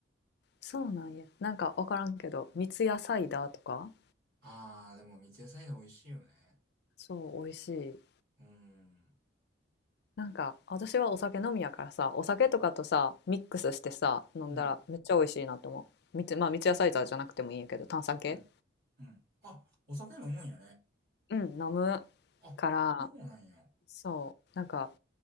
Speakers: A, on the left (about 60°); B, on the right (about 55°).
A: そうなんや。なんかわからんけど、三ツ矢サイダーとか、
B: ああ、でも三ツ矢サイダー美味しいよね。
A: そう、美味しい。
B: うん。
A: なんか私はお酒飲みやからさ、お酒とかとさ、ミックスしてさ、飲んだらめっちゃ美味しいなと思う。
B: うん。
A: 三ツ、まあ三ツ矢サイダーじゃなくてもいいんやけど、炭酸系
B: うん。うん。あ、お酒飲むんやね。
A: うん、飲む
B: あ、
A: から、
B: そうなんや。
A: そう、なんか、